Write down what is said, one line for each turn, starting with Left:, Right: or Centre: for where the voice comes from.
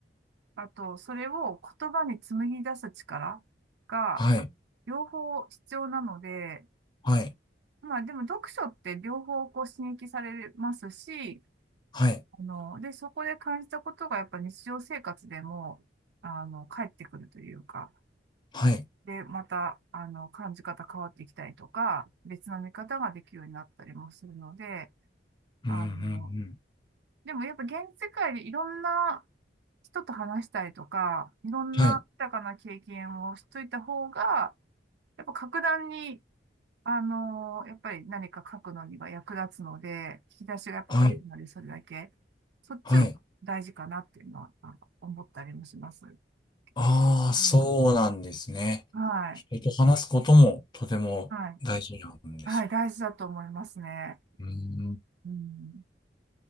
Right: あと、それを言葉に紡ぎ出す力が、
Left: はい。
Right: 両方必要なので、
Left: はい。
Right: まあでも読書って両方こう刺激されますし、
Left: はい。
Right: あの、で、そこで感じたことがやっぱ日常生活でも、あの、返ってくるというか、
Left: はい。
Right: で、また、あの、感じ方変わってきたりとか、別の見方ができるようになったりもするので、
Left: うん、
Right: あの、
Left: うん、うん。
Right: でもやっぱ現世界でいろんな人と話したりとか、いろんな豊かな経験をしといた方が、
Left: はい。
Right: やっぱ格段にあのーやっぱり何か書くのには役立つので、引き出しがやっぱ増えるので、
Left: はい。
Right: それだけ。そっちも大事かなっていうのは、
Left: はい。
Right: なんか思ったりもします。う
Left: ああ、
Right: ん
Left: そうなんですね。
Right: はい。
Left: 人と話すこともとても大事なんですね。
Right: はい。はい。大事だと思いますね。
Left: うーん。
Right: うん。